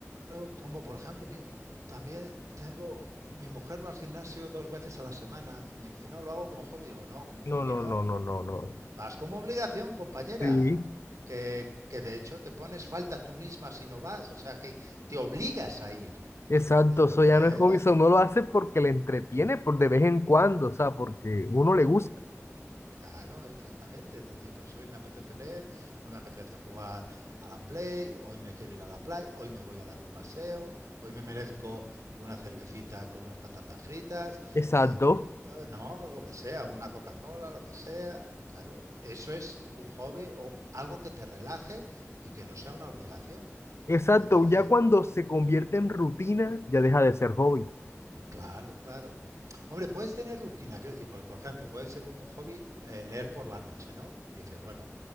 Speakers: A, on the right (about 85°); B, on the left (about 55°).
A: eh, como por ejemplo, mi- también tengo, mi mujer va al gimnasio dos veces a la semana y me dice, no, lo hago como hobby. Digo, no, como
B: No,
A: hobby
B: no,
A: no,
B: no, no, no, no.
A: vas como obligación, compañera.
B: Sí.
A: Que, que de hecho te pones falta tú misma si no vas, o sea que te obligas a ir.
B: Exacto,
A: Entonces,
B: eso ya no es hobby, eso uno lo hace porque le entretiene por de vez en cuando, o sea, porque uno le gusta.
A: Claro, exactamente. Es decir, pues hoy me apetece leer, hoy me apetece jugar a la Play, hoy me quiero ir a la playa, hoy me voy a dar un paseo, hoy me merezco una cervecita con unas patatas fritas,
B: Exacto,
A: eh, eh, no, lo que sea, una Coca-Cola, lo que sea. Claro, eso es un hobby o algo que te relaje y que no sea una obligación.
B: exacto,
A: Entonces,
B: ya cuando se convierte en rutina, ya deja de ser hobby.
A: Claro, claro. Hombre, puedes tener rutina, quiero decir, porque, por ejemplo, puede ser un hobby eh, leer por la noche, ¿no? Dices, bueno,